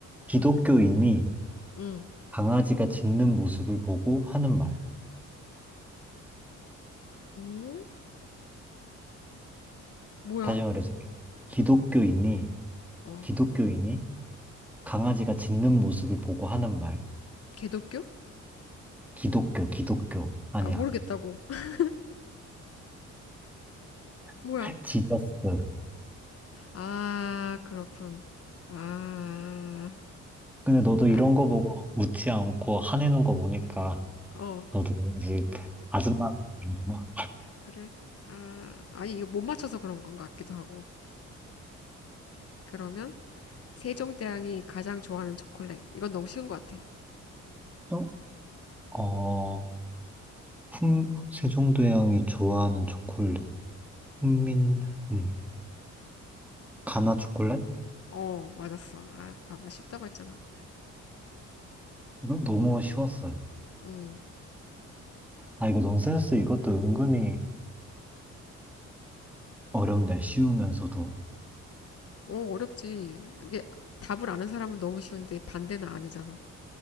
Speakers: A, in the centre; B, on the left (about 50°).
A: 기독교인이
B: 음,
A: 강아지가 짖는 모습을 보고 하는 말.
B: 어? 뭐야?
A: 다시 말해줄게. 기독교인이,
B: 어,
A: 기독교인이 강아지가 짖는 모습을 보고 하는 말.
B: 개독교?
A: 기독교, 기독교. 아니야.
B: 아, 모르겠다고. <laughs> 뭐야?
A: <laughs> 지저스.
B: 아, 그렇군. 아,
A: 근데 너도
B: 아,
A: 이런 거 보고 웃지 않고 화내는 거 보니까
B: 어,
A: 너도 아직 아줌마 아닌가?
B: 그래. 아, 아니, 이거 못 맞춰서 그런 건가 같기도 하고. 그러면, 세종대왕이 가장 좋아하는 초콜릿. 이건 너무 쉬운 것 같아.
A: 어, 어, 훈, 세종대왕이 좋아하는 초콜릿. 훈민리. 가나 초콜릿?
B: 어, 맞았어. 아, 봐봐. 쉽다고 했잖아.
A: 이건 너무 쉬웠어요.
B: 음.
A: 아, 이거 넌센스 이것도 은근히 어렵네. 쉬우면서도.
B: 어, 어렵지. 이게 답을 아는 사람은 너무 쉬운데 반대는 아니잖아.